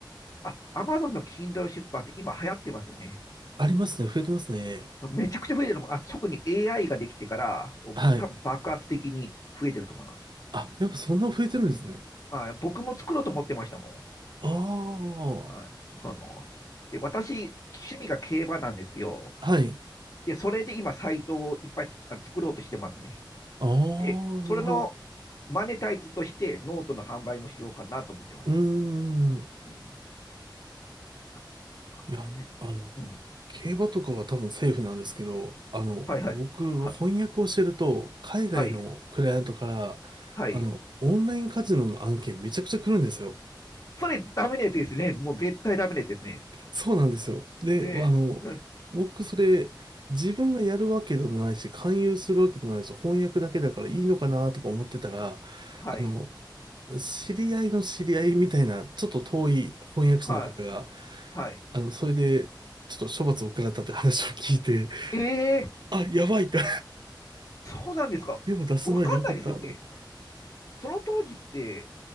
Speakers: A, on the left (about 45°); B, on the right (about 65°).
A: あ、アマゾンの Kindle 出版って今流行ってますよね。
B: ありますね。増えてますね。
A: めちゃくちゃ増えてるもん。あ、特に AI ができてから、お多分爆発的に増えてると思います。
B: はい。あ、やっぱそんな増えてるんですね。
A: はい、僕も作ろうと思ってましたも
B: ああ、は
A: ん。はい、その、で、私、趣味が競馬なんですよ。
B: い。
A: で、それで今、サイトをいっぱいつあ作ろうとしてますね。
B: ああ、
A: で、
B: なるほど。
A: それのマネタイズとして、ノートの販売もしようかなと思ってました。
B: うーん。
A: うん、なんかね、
B: いや、あの、
A: うん。
B: 競馬とかは多分セーフなんですけど、あの、
A: はいはい。
B: 僕、
A: は、
B: 翻訳をしてると、海外のクライアントから、
A: はい。はい。
B: あの、オンラインカジノの案件めちゃくちゃ来るんですよ。
A: それダメなやつですね。もう絶対ダメなやつですね。
B: そうなんですよ。で、
A: で、
B: あの、
A: うん
B: 僕、それ、自分がやるわけでもないし、勧誘するわけでもないし、翻訳だけだからいいのかなとか思ってたら、
A: はい、
B: あの、知り合いの知り合いみたいな、ちょっと遠い翻訳者の方が、
A: はい、はい。
B: あの、それで、ちょっと処罰を食らったって話を聞いて、
A: えー、
B: あ、やばいって
A: そうなんですか。
B: 手を出す前でよかった。
A: わかんないですよね。その当時って